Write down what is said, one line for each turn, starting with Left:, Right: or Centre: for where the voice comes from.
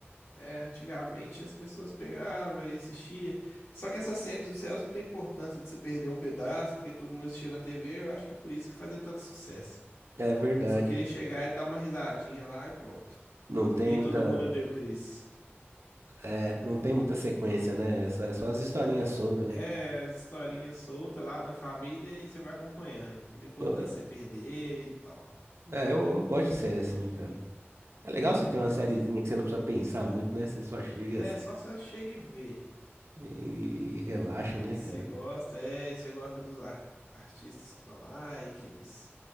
Left: É, antigamente as pessoas pegavam e assistiam. Só que essas séries dos céus não tem importância de você perder um pedaço, porque todo mundo assistia na TV. Eu acho que por isso que fazia tanto sucesso.
Right: É verdade.
Left: Você só queria chegar e dar uma risadinha lá e pronto.
Right: Não tem
Left: Que nem
Right: muita,
Left: todo mundo deu, Chris.
Right: é, não tem muita sequência, né? É só é só as historinhas soltas, né?
Left: É, as historinhas soltas lá da família e você vai acompanhando. Não tem importância
Right: Pô,
Left: você perder e tal.
Right: É, eu gosto de série assim, cara. É legal
Left: Eu
Right: você
Left: também
Right: ter uma
Left: gosto.
Right: sériezinha que você não precisa pensar muito, né? Você só chega
Left: É
Right: assim
Left: só você chega e vê.
Right: e relaxa,
Left: E
Right: né,
Left: você
Right: cara?
Left: gosta, é, e você gosta dos ar- artistas que estão lá e que eles